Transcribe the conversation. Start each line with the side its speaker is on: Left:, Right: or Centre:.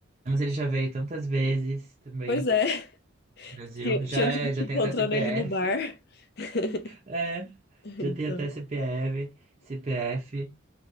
Right: Mas ele já veio tantas vezes também
Left: Pois é,
Right: no
Left: <laughs>
Right: Brasil.
Left: tinha
Right: Já,
Left: tinha
Right: é,
Left: gente
Right: já
Left: encontrando
Right: tem até CPF.
Left: ele no bar. <laughs>
Right: É,
Left: Então.
Right: já tem até CPF. CPF.